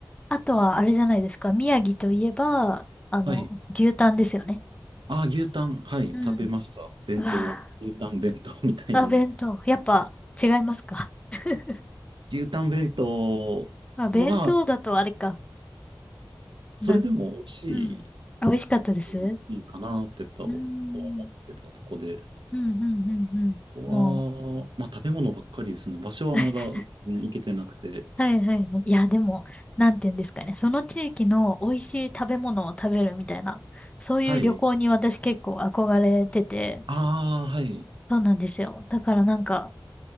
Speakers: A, on the left; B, on the right.
A: あとは、あれじゃないですか。宮城といえば、あの、
B: はい。
A: 牛タンですよね。
B: ああ、牛タン、はい、
A: うん。
B: 食べました。弁当、
A: うわ
B: 牛タン弁当 <laughs> みたいなの。
A: ー、あ、弁当。やっぱ、
B: あ
A: 違いますか。<laughs>
B: 牛タン弁当、
A: まあ、
B: まあ、
A: 弁当だとあれか。
B: それでも美味し
A: なん、うん。あ美味しかったです。う
B: い、いいかなってとは思
A: ーん。
B: ってたとこで、
A: うん、うん、うん、うん。
B: わあ、
A: も
B: まあ食べ物ばっかりですね。場所はまだ全然行けてなくて。
A: う。<laughs> はいはいはい。いや、でも、なんて言うんですかね。その地域の美味しい食べ物を食べるみたいな、そういう旅行に私結構憧れてて、
B: はい。ああ、はい。
A: そうなんですよ。だからなんか、